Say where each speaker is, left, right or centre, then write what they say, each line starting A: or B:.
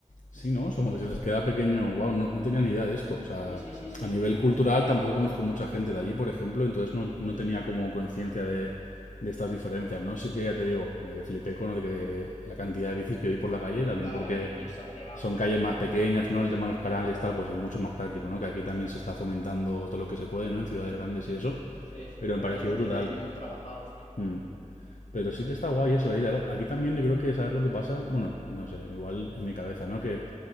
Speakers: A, on the left (about 80°); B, on the left (about 65°).
A: Sí,
B: No sé,
A: ¿no?
B: me
A: Es
B: gustó
A: como que
B: mucho.
A: se les queda pequeño. Wow, no, no tenía ni idea de esto. O sea,
B: Sí, sí, sí, sí,
A: a
B: es
A: nivel
B: muy curioso.
A: cultural tampoco conozco mucha gente de allí, por ejemplo, entonces no, no
B: Mm,
A: tenía como conciencia de, de estas diferencias, ¿no? Sí que ya te digo, eh, flipé con lo de que la cantidad de bicis que vi por la calle, también
B: La
A: porque
B: bici exagerado,
A: son
B: sí,
A: calles
B: sí.
A: más pequeñas, ¿no? El tema de los canales,
B: Mm,
A: tal, pues es mucho más práctico, ¿no? Que aquí también se está fomentando todo lo que se puede, ¿no? En ciudades grandes y eso.
B: Sí, sí,
A: Pero
B: pero
A: me pareció
B: ahí lo
A: brutal.
B: tienen muy trabajado, sí.
A: Mm. Pero sí que está guay eso, ¿eh? Claro, Aquí también yo creo que sabes lo que pasa, bueno, no sé, igual en mi cabeza, ¿no? Que